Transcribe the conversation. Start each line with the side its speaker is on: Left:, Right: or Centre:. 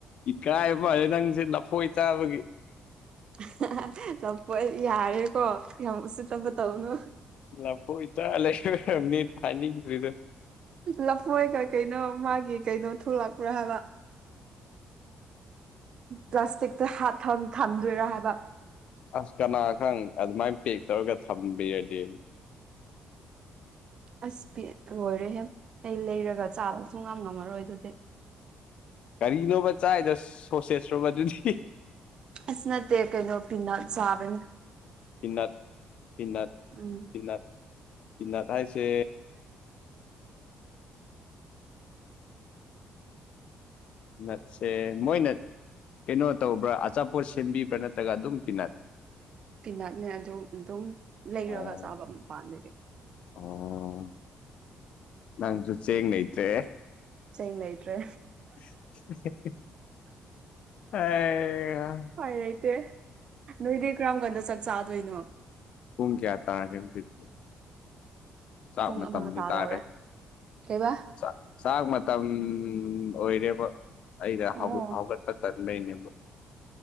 Left: ꯏꯀꯥꯏꯕꯩ ꯋꯥꯅꯤ ꯅꯪꯁꯦ ꯂꯐꯣꯏ ꯆꯥꯕꯒꯤ
Right: <unintelligible> ꯂꯥꯐꯣꯏ ꯌꯥꯔꯦꯀꯣ ꯌꯥꯝ ꯎꯁꯤꯠꯇꯕ ꯇꯧꯅꯨ
Left: ꯂꯐꯣꯏ ꯆꯥꯔ ꯂꯩꯔꯝꯃꯤ ꯐꯥꯏꯅꯤꯪꯗꯔ꯭ꯤꯗꯨ
Right: ꯂꯐꯣꯏ ꯀꯩ ꯀꯩꯅꯣ ꯃꯥꯒꯤ ꯀꯩꯅꯣ ꯊꯣꯛꯂꯛꯄ꯭ꯔꯥ ꯍꯥꯏꯕ ꯄ꯭ꯂꯥꯁꯇꯤꯛꯇ ꯍꯥꯞ ꯊꯝ ꯊꯝꯗꯣꯏꯔꯥ ꯍꯥꯏꯕ
Left: ꯑꯁ ꯀꯅꯥ ꯈꯪ ꯑꯗꯨꯃꯥꯏꯅ ꯄꯦꯛ ꯇꯧꯔꯒ ꯊꯝꯕꯤꯔꯗꯤ
Right: ꯑꯁ ꯄꯦꯛ ꯂꯣꯏꯔꯦꯍꯦ ꯑꯩ ꯂꯩꯔꯒ ꯆꯥꯕ ꯁꯨꯛꯉꯝ ꯉꯝꯃꯔꯣꯏ ꯑꯗꯨꯗꯤ
Left: ꯀꯔꯤꯅꯣꯕ ꯆꯥꯏꯗꯣ ꯁꯣꯁꯦꯁꯔꯣꯕ ꯑꯗꯨꯗꯤ
Right: ꯑꯁ ꯅꯠꯇꯦ ꯀꯩꯅꯣ ꯄꯤꯅꯠ ꯆꯥꯕꯅꯤ
Left: ꯄꯤꯅꯠ ꯄꯤꯅꯠ
Right: ꯎꯝ
Left: ꯄꯤꯅꯠ ꯄꯤꯅꯠ ꯍꯥꯏꯁꯦ ꯅꯠꯁꯦ ꯃꯣꯏꯅ ꯀꯩꯅꯣ ꯇꯧꯕ꯭ꯔꯥ ꯑꯆꯥꯄꯣꯠ ꯁꯦꯝꯕꯤꯕ꯭ꯔꯥ ꯅꯠꯇ꯭ꯔꯒ ꯑꯗꯨꯝ ꯄꯤꯅꯠ
Right: ꯄꯤꯅꯥꯠꯅꯦ ꯑꯗꯨ ꯑꯗꯨꯝ ꯂꯩꯔꯒ
Left: ꯑꯣ
Right: ꯆꯥꯕ ꯃꯄꯥꯟꯗꯒꯤ
Left: ꯑꯣ ꯅꯪꯖꯨ ꯆꯦꯡ ꯂꯩꯇ꯭ꯔꯦ
Right: ꯆꯦꯡ ꯂꯩꯇ꯭ꯔꯦ
Left: <unintelligible> ꯍꯩ ꯍꯥ
Right: ꯎꯄꯥꯏ ꯂꯩꯇꯦ ꯅꯣꯏꯗꯤ ꯀꯔꯝ ꯀꯥꯟꯗ ꯆꯥꯛ ꯆꯥꯗꯣꯏꯅꯣ
Left: ꯄꯨꯡ ꯀꯌꯥ ꯇꯔꯒꯦ ꯍꯧꯖꯤꯛ ꯆꯥꯛ
Right: ꯄꯨꯡ
Left: ꯃꯇꯝꯗꯤ
Right: ꯑꯃ ꯇꯥꯗꯧꯔꯦ
Left: ꯇꯥꯔꯦ
Right: ꯀꯩꯕꯥ
Left: ꯆꯥꯛ ꯆꯥꯛ ꯃꯇꯝ ꯑꯣꯏꯔꯦꯕ ꯑꯩꯅ
Right: ꯑꯣ
Left: ꯍꯧꯒꯠ ꯍꯧꯒꯠꯄ ꯇꯟꯕꯩꯅꯦꯕ